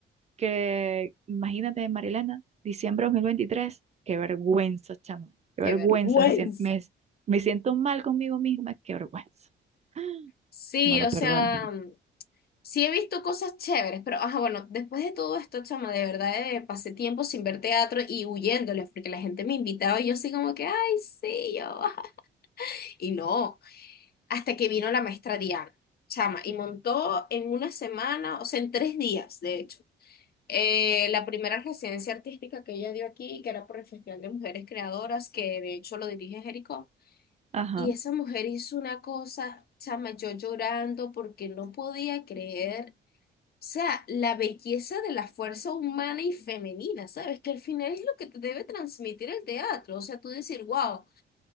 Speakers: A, on the right (about 35°); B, on the left (about 50°).
A: que imagínate, Marilena, diciembre de 2023, qué vergüenza, chamo, qué
B: Qué
A: vergüenza,
B: vergüenza.
A: me, sien- me, me siento mal conmigo misma, qué vergüenza. <gasps>
B: Sí,
A: No lo
B: o
A: perdono.
B: sea, sí he visto cosas chéveres, pero ajá, bueno, después de todo esto, chama, de verdad eh, pasé tiempo sin ver teatro y huyéndoles porque la gente me invitaba y yo así como que, ay, sí, yo. <laughs> Y no. hasta que vino la maestra Diana, chama, y montó en una semana, o sea, en tres días, de hecho, eh, la primera residencia artística que ella dio aquí, que era por el Festival de Mujeres Creadoras, que de hecho lo dirige Jericó.
A: Ajá,
B: Y esa mujer hizo una cosa, chama, yo llorando porque no podía creer, o sea, la belleza de la fuerza humana y femenina, ¿sabes? Que al final es lo que te debe transmitir el teatro, o sea, tú decir, wow